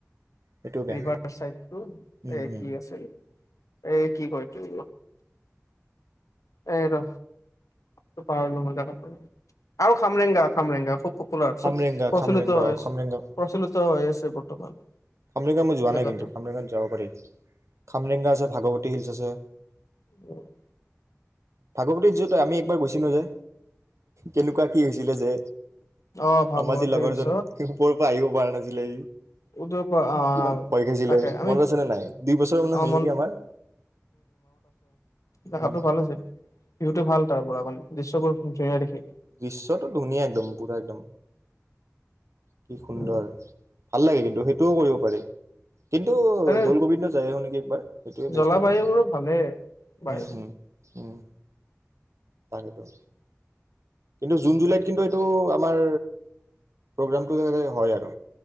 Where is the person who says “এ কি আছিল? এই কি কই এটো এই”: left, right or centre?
Left